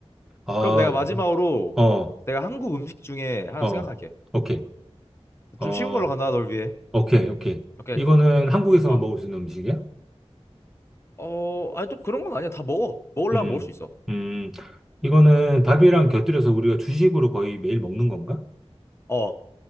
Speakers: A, in the centre; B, on the left.
A: 아,
B: 그럼 내가 마지막으로
A: 어,
B: 내가 한국 음식 중에 하나
A: 어,
B: 생각할게.
A: 오케이. 어,
B: 좀 쉬운 걸로 간다, 널 위해.
A: 오케이, 오케이.
B: 오케이.
A: 이거는 한국에서만
B: 아,
A: 먹을 수 있는 음식이야?
B: 어, 아니 또 그런 건 아니야. 다 먹어. 먹으려면
A: 음,
B: 먹을 수 있어.
A: 음, 이거는 밥이랑 곁들여서 우리가 주식으로 거의 매일 먹는 건가?
B: 어,